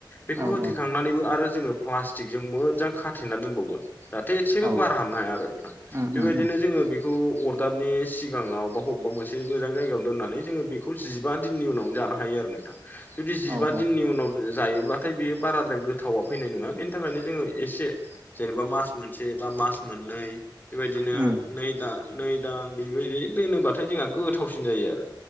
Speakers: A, on the left; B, on the right.
A: बेखौ
B: औ
A: होथेखां
B: औ
A: नानै आरो जोङो प्लासटिकजों मोजां खाथेना दोनबावगोन जाहाथे एसेबो
B: औ
A: बार हाबनो हाया आरो नोंथां
B: उम
A: बेबायदिनो
B: उम उम
A: जोङो बेखौ अरदाबनि सिगाङाव बा बबेबा मोनसे मोजां जायगायाव दोननानै जोङो बेखौ जिबा दिननि उनाव जानो हायो आरो नोंथां जुदि जिबा
B: औ औ
A: दिननि उनाव जायोब्लाथाय बियो बाराद्राय गोथावा फैनाय नङा बेनि थाखायनो जोङो एसे जेनेबा मास मोनसे बा मास मोननै बेबायदिनो
B: उम
A: नै दान नै दान बेबायदि दोनोब्लाथाय जोंहा गोथावसिन जायो आरो